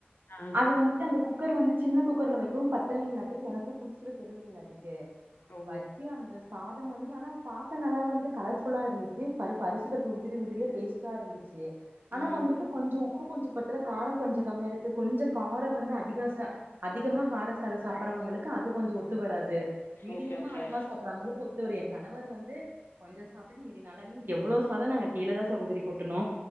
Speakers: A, on the left; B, on the right.
A: ஆ.
B: அது வந்துட்டு அந்த குக்கர் வந்து சின்ன குக்கர்ல வைக்கவு பத்தளைங்கலாட்டிக்கு எனக்கும் புதுசுல தெருலிங்கலாட்டுக்கு
A: ஓ!
B: வச்சு அந்த சாதமனு ஆனா பாக்க நல்லா வந்து கலர்ஃபுல்லா இருந்துச்சு பருப்பு அரிசி பருப்பு உதிரி உதிரியா டேஸ்ட்டா இருந்துச்சு ச்சு ஆனா
A: ம்.
B: வந்துட்டு கொஞ்சோ உப்பு கொஞ்சோ பத்துல காரோ கொஞ்சோ கம்மியா இருக்கு கொஞ்சோ காரோ வந்து அதிகாசா அதிகமா காரோ சாரோ சாப்பிட்றவங்களுக்கு அது கொஞ்சோ ஒத்து வராது மீடியமா
A: ஓகே, ஓகே.
B: அளவா சாப்பிட்றவுங்களுக்கு ஒத்து வரும் என் கணவர் வந்து கொஞ்சோ சாப்பிட்டு மீதி நல்லா இல்லனு எவ்ளவு சாதம் நாங்க கீழதா சகோதரி கொட்டுணோ